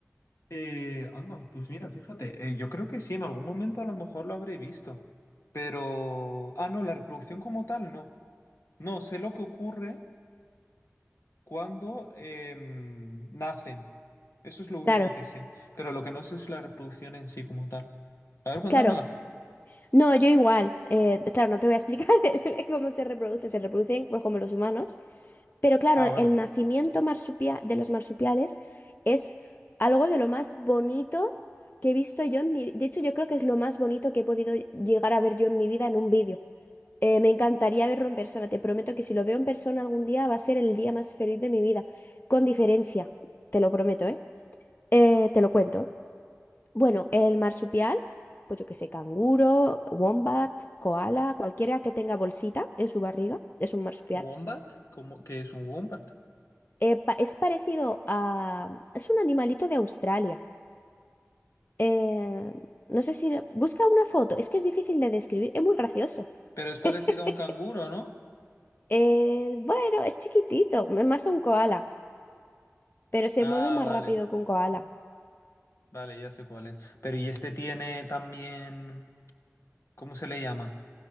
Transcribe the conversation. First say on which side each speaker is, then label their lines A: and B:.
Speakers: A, on the left; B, on the left.
A: Eh, anda, pues mira, fíjate, eh, yo creo que sí, en algún momento a lo mejor lo habré visto, pero... Ah, no, la reproducción como tal, no. No, sé lo que ocurre cuando em, nacen. Eso es lo único
B: Claro,
A: que sé, pero lo que no sé es la reproducción en sí como tal. A ver, cuéntamela.
B: claro. No, yo igual. Eh, claro, no te voy a explicar <laughs> el- cómo se reproduce. Se reproducen pues, como los humanos. Pero claro,
A: Ah, vale.
B: el nacimiento marsupia- de los marsupiales es algo de lo más bonito que he visto yo en mi... De hecho, yo creo que es lo más bonito que he podido llegar a ver yo en mi vida en un vídeo. Eh, me encantaría verlo en persona. Te prometo que si lo veo en persona algún día va a ser el día más feliz de mi vida. Con diferencia. Te lo prometo, ¿eh? Eh, te lo cuento. Bueno, el marsupial, pues yo que sé, canguro, wombat, koala, cualquiera que tenga bolsita en su barriga, es un marsupial.
A: ¿Wombat? ¿Cómo, qué es un wombat?
B: Eh, pa- es parecido a... Es un animalito de Australia. Eh, no sé si... Busca una foto, es que es difícil de describir, es muy gracioso.
A: Pero es parecido
B: <laughs>
A: a un canguro, ¿no?
B: Eh, bueno, es chiquitito, es más un koala, pero se
A: Ah,
B: mueve más
A: vale,
B: rápido que un koala.
A: vale, ya sé cuál es. Pero ¿y este tiene también... ¿Cómo se le llama?